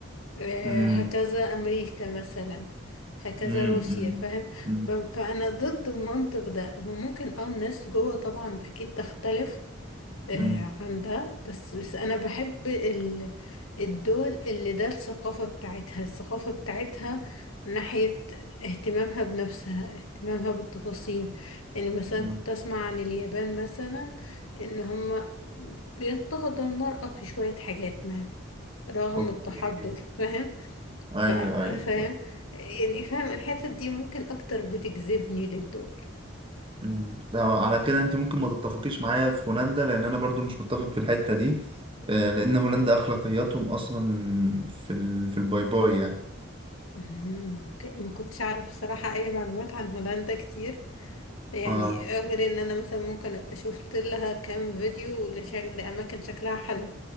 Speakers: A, on the left; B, on the right.
A: آه،
B: مم.
A: هكذا أمريكا مثلا هكذا
B: مم.
A: روسيا
B: مم.
A: فاهم
B: مم.
A: ف- فأنا ضد المنطق ده وممكن اه الناس جوه طبعا أكيد تختلف آه،
B: مم.
A: عن ده بس بس أنا بحب ال- الدول اللي ده الثقافة بتاعتها الثقافة بتاعتها ناحية اهتمامها بنفسها اهتمامها بالتفاصيل يعني مثلا
B: مم.
A: كنت أسمع عن اليابان مثلا إن هما بيضطهدوا المرأة في شوية حاجات ما رغم
B: اوكي
A: التحضر فاهم
B: ايوه
A: ف-
B: ايوه
A: فاهم يعني فاهم الحتت دي ممكن اكتر بتجذبني للدول
B: أمم. ده على كده انت ممكن ما تتفقيش معايا في هولندا لان انا برضو مش متفق في الحتة دي آه، لان هولندا اخلاقياتهم اصلا في ال... في الباي باي يعني
A: مم، اوكي ما كنتش اعرف بصراحة اي معلومات عن هولندا كتير يعني
B: اه
A: غير ان انا مثلا ممكن ابقى شفت لها كام فيديو لشكل لاماكن شكلها حلو